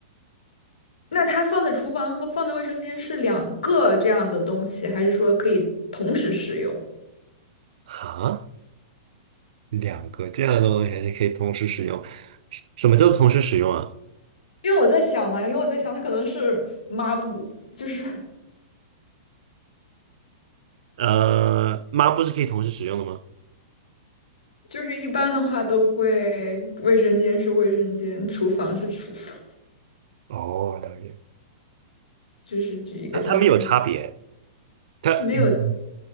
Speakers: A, on the left; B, on the right.
A: 那它放在厨房和放在卫生间是两个这样的东西，还是说可以同时使用？
B: 哈，两个这样的东西还是可以同时使用，什什么叫做同时使用啊？
A: 因为我在想嘛，因为我在想，它可能是抹布，就是
B: 呃，抹布是可以同时使用的吗？
A: 就是一般的话都会，卫生间是卫生间，厨房是厨房，
B: 哦，了解。
A: 就是举一个这样的例。
B: 它它没有差别，它嗯，
A: 它没有